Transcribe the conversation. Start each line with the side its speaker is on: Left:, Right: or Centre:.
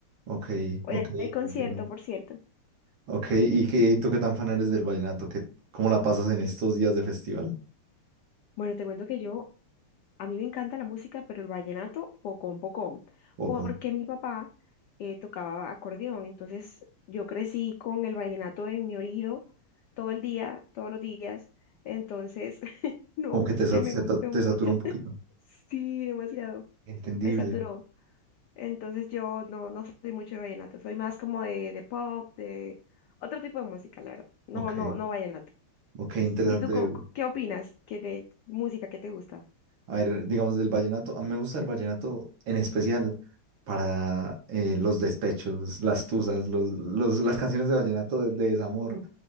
Right: ok,
Left: Hoy
Right: ok,
Left: hay concierto,
Right: interesante.
Left: por cierto.
Right: Ok, ¿y qué, tú qué tan fan eres del vallenato? ¿Qué, cómo la pasas en estos días de festival?
Left: Bueno, te cuento que yo, a mí me encanta la música, pero el vallenato, pocón, pocón,
Right: Poco.
Left: porque mi papá eh, tocaba acordeón, entonces yo crecí con el vallenato en mi oído todo el día, todos los días, entonces <laughs> no
Right: Como
Left: es
Right: que te,
Left: que
Right: sa-
Left: me
Right: se
Left: guste
Right: ta- te
Left: mucho,
Right: satura
Left: <laughs>
Right: un poquito.
Left: sí, demasiado,
Right: Entendible.
Left: me saturó. Entonces yo no, no soy mucho de vallenato, soy más como de, de pop, de otro tipo de música, la verdad. No,
Right: Ok,
Left: no, no vallenato.
Right: ok, interesante.
Left: ¿Y tú co- qué opinas que de música que te gusta?
Right: A ver, digamos del vallenato, a mí me gusta el vallenato en especial para eh, los despechos, las tusas, los, los- las canciones de vallenato de, de desamor.